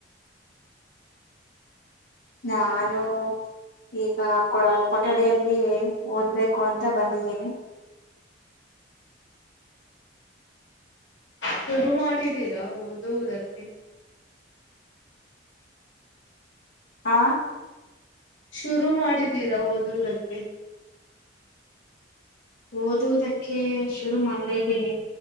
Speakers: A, on the left; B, on the left.
A: ನಾನು ಈಗ ಕೊಠಡಿಯಲ್ಲಿ ಓದ್ಬೇಕು ಅಂತ ಬಂದಿದ್ದೀನಿ
B: ಶುರು ಮಾಡಿದೀರಾ ಓದುವದಕ್ಕೆ
A: ಆ
B: ಶುರು ಮಾಡಿದ್ದೀರಾ ಓದುದಕ್ಕೆ
A: ಓದುವುದಕ್ಕೆ ಶುರು ಮಾಡಿದ್ದೀನಿ